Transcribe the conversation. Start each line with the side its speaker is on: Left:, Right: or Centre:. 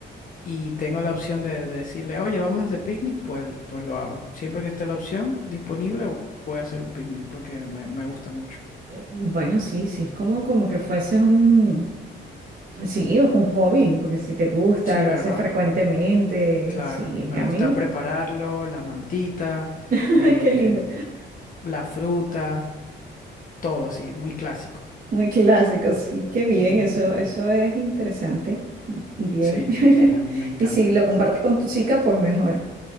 Left: y tengo la opción de, de decirle, oye, vámonos de picnic, pues, pues lo hago. Siempre que esté la opción disponible, voy a hacer un picnic porque me me gusta mucho.
Right: Eh, Bueno, sí, sí, es como, como que fuese un... Sí, es un hobby, porque si te gusta,
Left: Sí,
Right: lo
Left: ¿verdad?
Right: haces frecuentemente.
Left: Claro,
Right: Sí,
Left: y me
Right: a
Left: gusta
Right: mí,
Left: prepararlo, la mantita,
Right: <laughs>
Left: eh,
Right: Ay, qué lindo.
Left: las frutas, todo así, muy clásico.
Right: Muy clásico, sí, qué bien,
Left: Ujú.
Right: eso, eso es interesante y bien.
Left: Sí,
Right: <laughs>
Left: sí, sí, a mí me encanta.
Right: Y si lo compartes con tu chica, pues mejor.